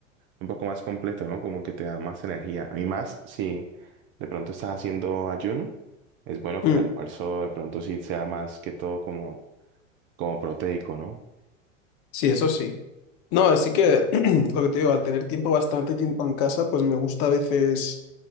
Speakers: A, on the right; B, on the left.
A: un poco más completo, ¿no? Como que te da más energía. A mí más si de pronto estás haciendo ayuno, es bueno
B: mm.
A: que el almuerzo de pronto sí sea más que todo como, como proteico, ¿no?
B: Sí, eso sí. No, así que <clears throat> lo que te digo, al tener tiempo, bastante tiempo en casa, pues me gusta a veces...